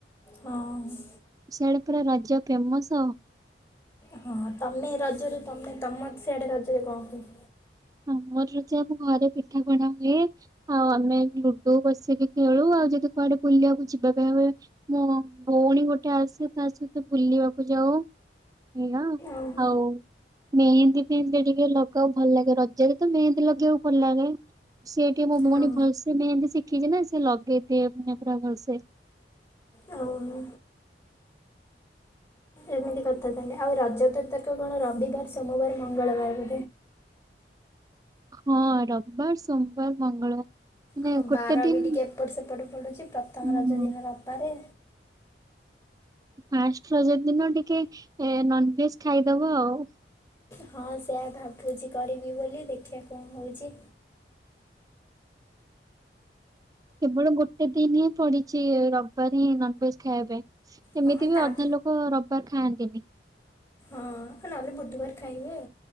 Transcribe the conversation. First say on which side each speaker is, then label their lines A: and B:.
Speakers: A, on the left; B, on the right.
A: ହଁ
B: ସିଆଡେ ପୁରା ରଜ ଫେମସ।
A: ହଁ ତମେ ରଜରେ ତମେ ତମ ସିଆଡେ ରଜରେ କଣ ହୁଏ।
B: ଆମର ଘରେ ପିଠାପଣା ହୁଏ ଆଉ ଆମେ ଲୁଡୁ ବସିକି ଖେଳୁ ଆଉ ଯଦି କୁଆଡେ ବୁଲିବାକୁ ଯିବା ପାଇଁ ହୁଏ ମୋ ଭଉଣୀ ଗୋଟେ ଆସେ ତା ସହିତ ବୁଲିବାକୁ ଯାଉ ଏଇୟା ଆଉ
A: ଓହୋ
B: ଆଉ ମେହେନ୍ଦୀ ଫେହେନ୍ଦୀ ଟିକେ ଲଗାଉ ଭଲ ଲାଗେ ରଜ ହେନ୍ଦୀ ଲାଗେଇବାକୁ ଭଲ ଲାଗେ। ସେ ଟିକେ ମୋ ଭଉଣୀ
A: ହଁ
B: ଭଲସେ ମେହେନ୍ଦି ଶିଖିଛି ନା ଲଗେଇ ଦିଏ ମାନେ ପୁରା ଭଲସେ
A: ଓହୋ ଏମିତି ଆଉ ରଜ <unintelligible> କଣ ବୁଦ୍ଧ ସୋମବାର ମଙ୍ଗଳବାର
B: ହଁ ରବିବାର ସୋମବାର ମଙ୍ଗଳବାର ମାନେ
A: ହଁ
B: ଗୋଟେ
A: ବାର
B: ଦିନ
A: ବି ଟିକେ ଏପଟ ସେପଟ ପଡୁଛି ପ୍ରଥମ
B: ହଁ
A: ରଜ ଦିନ ରବିବାର
B: ଫାଷ୍ଟ ରଜ ଦିନ ଟିକେ ଏ ନନ୍ଭେଜ ଭେଜ ଖାଇଦବ ଆଉ
A: ହଁ ସେଇଆ ଭାବୁଛି କରିବି ବୋଲି ଦେଖିବା କଣ ହଉଛି।
B: କେବଳ ଗୋଟେ ଦିନ ହିଁ ପଡିଛି ରବିବାରି ହିଁ ନନଭେଜ ଖାଇବା ପାଇଁ
A: ହଁ
B: ଏମିତି ବି
A: ତାପ
B: ଅନ୍ୟ ଲୋକ ରବିବାର ଖାଆନ୍ତି। କେମିତି?
A: ନ ହେଲେ ବୁଧୁବାର ଖାଇ ହୁଏ।